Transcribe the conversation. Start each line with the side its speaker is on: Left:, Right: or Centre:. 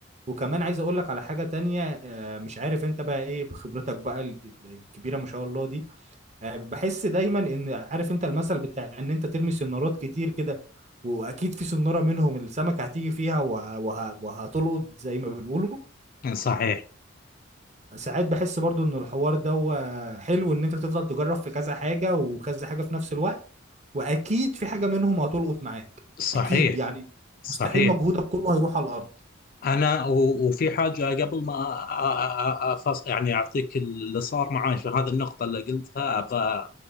Right: وكمان عايز اقول لك على حاجه تانية آه مش عارف انت بقى ايه بخبرتك بقى ال- ال- الكبيره ما شاء الله دي آه بحس دايما ان عارف انت المثل بتاع ان انت ترمي سنارات كتير كده واكيد في سناره منهم السمكه هتيجي فيها وه... وه... وهتلقط زي ما بنقوله
Left: صحيح
Right: ساعات بحس برضو ان الحوار ده هو حلو ان انت تفضل تجرب في كذا حاجة وكذا حاجة في نفس الوقت واكيد في حاجة منهم هتلقط معاك
Left: صحيح
Right: اكيد يعني
Left: صحيح
Right: مستحيل مجهودك كله هيروح على الارض
Left: أنا و- وفي حاجة قبل ما أ- أ- أ- أفص يعني أعطيك اللي صار معي في هذه النقطة اللي قلتها أبغى